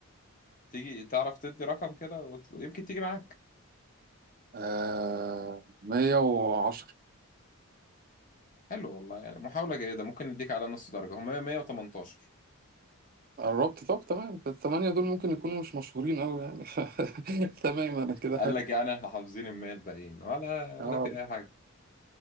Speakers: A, on the left (about 35°); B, on the right (about 40°).
A: تيجي تعرف تدي رقم كده وت- يمكن تيجي معاك
B: آه مية وعشرة
A: حلو والله يعني محاولة جيدة ممكن نديك على نص درجة هم 118
B: قربت طب تمام الثمانية دول ممكن يكونوا مش مشهورين أوي يعني <laughs> تمام أنا كده
A: قال
B: حلو
A: لك يعني احنا حافظين المية الباقيين ولا ولا
B: اه
A: في أي حاجة